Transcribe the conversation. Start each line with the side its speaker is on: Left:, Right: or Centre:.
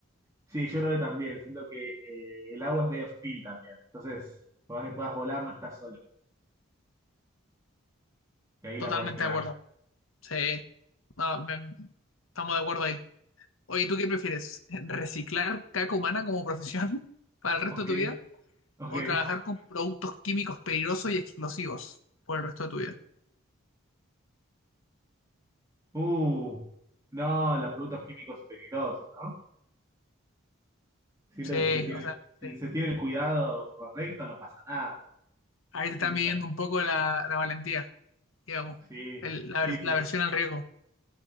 Right: Sí, yo creo que también. Siento que eh, el agua es medio hostil también. Entonces, por más que puedas volar, no estás solo. Que ahí
Left: Totalmente
Right: la podés quedar.
Left: de acuerdo. Sí, no, me- estamos de acuerdo ahí. Oye, ¿tú qué prefieres? ¿Reciclar caca humana como profesión <laughs> para el resto
Right: Ok,
Left: de tu vida
Right: ok.
Left: o trabajar con productos químicos peligrosos y explosivos por el resto de tu vida?
Right: Uh, no, los productos químicos son peligrosos, ¿no? Siento
Left: Sí,
Right: que si se tiene,
Left: o sea,
Right: si
Left: sí.
Right: se tiene el cuidado correcto, no pasa nada.
Left: Ahí te
Right: Siempre
Left: están midiendo
Right: estás.
Left: un poco la, la valentía, digamos,
Right: Sí,
Left: el- la,
Right: sí,
Left: ver-
Right: sí.
Left: la versión al riesgo.